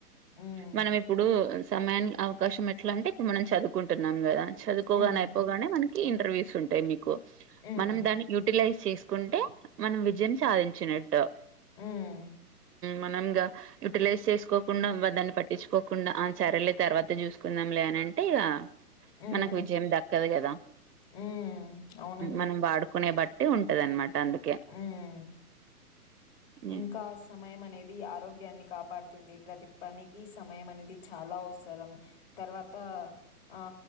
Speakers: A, on the left (about 40°); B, on the right (about 85°).
A: హ్మ్.
B: మనం ఇప్పుడు సమయానికి అవకాశం ఎట్లా అంటే ఇప్పుడు మనం చదువుకుంటున్నాం కదా చదువుకోగానే
A: హ్మ్.
B: అయిపోగానే మనకి ఇర్వ్యూస్ ఉంటాయి మీకు
A: హ్మ్.
B: మనం దాని యూటీలైజ్ చేసుకుంటే మనం విజయం సాధించినట్టు
A: హ్మ్.
B: మనంగ యుటిలైజ్ చేసుకోకుండా దాన్ని పట్టించుకోకుండా ఆ చరలే తర్వాత చూసుకుందాం లేని అంటే ఇగ
A: హ్మ్.
B: మనకు విజయం దక్కదు కదా
A: హ్మ్. అవునండి.
B: మనం వాడుకునే బట్టి అంటే ఉంటదనమాట అందుకే
A: హ్మ్.
B: హ్మ్
A: ఇంకా సమయం అనేది ఆరోగ్యాన్ని కాపాడుతుంది ప్రతి పనికి సమయం అనేది చాలా అవసరం తర్వాత ఆ